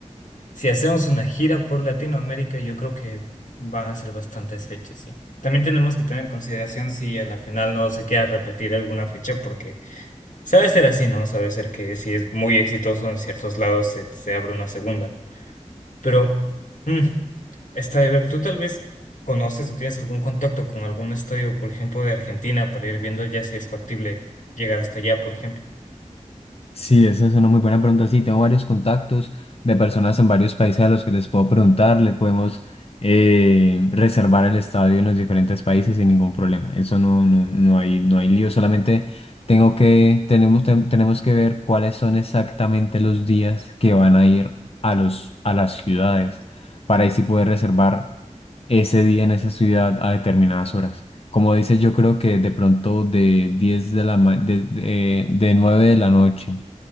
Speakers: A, on the left; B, on the left.
A: si hacemos una gira por Latinoamérica, yo creo que van a ser bastantes fechas, sí. También tenemos que tener en consideración si a la final no se queda repetir alguna fecha, porque... Sabe ser así, ¿no? Sabe ser que si es muy exitoso en ciertos lados se, se abre una segunda. Pero, mm, está de ver, tú tal vez conoces o tienes algún contacto con algún estadio, por ejemplo, de Argentina, para ir viendo ya si es factible llegar hasta allá, por ejemplo.
B: Sí, esa es una muy buena pregunta. Sí, tengo varios contactos de personas en varios países a los que les puedo preguntar. Le podemos eh, reservar el estadio en los diferentes países sin ningún problema. Eso no, no, no hay, no hay lío. Solamente tengo que, tenemos, tem- tenemos que ver cuáles son exactamente los días que van a ir a los, a las ciudades para así poder reservar ese día en esa ciudad a determinadas horas. Como dices, yo creo que de pronto de diez de la ma- de, de, de 9 de la noche